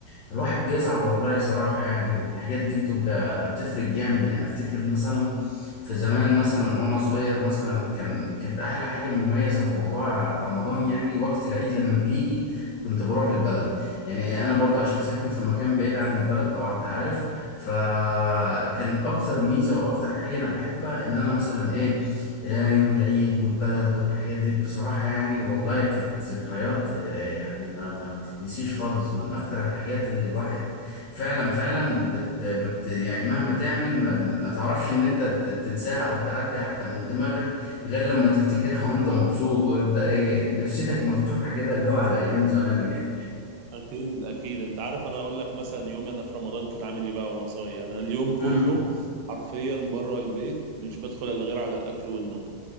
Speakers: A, on the left (about 65°); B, on the right (about 85°).
A: فالواحد بيزعل والله صراحة يعني الحاجات دي بتبقى بتفرق جامد يعني افتكر مثلا في زمان مثلا وانا صغير مثلا كان كانت احلى حاجة مميزة في موضوع رمضان يعني وقت العيد لما بيجي كنت بروح البلد يعني انا برضه عشان ساكن في مكان بعيد عن البلد طبعا انت عارف فكان اكتر ميزة واكتر حاجة انا بحبها ان انا مثلا ايه يا يوم العيد والبلد والحاجات دي بصراحة يعني والله كانت ذكريات آه، يعني ما ما تنسيش خالص من اكتر الحاجات اللي الواحد فعلا فعلا بت ما بت يعني مهما تعمل ما, ما تعرفش ان انت ت- تنساها او تعدي حتى من دماغك غير لما تفتكرها <laughs> وانت مبسوط وانت ايه نفسيتك مفتوحة كده اللي هو على ايام زمان يعني
B: اكيد اكيد انت عارف انا اقول لك مثلا يومي انا في رمضان كان عامل ايه بقى وانا صغير انا اليوم كله
A: امم
B: حرفيا بره البيت مش بدخل الا غير على الاكل والنوم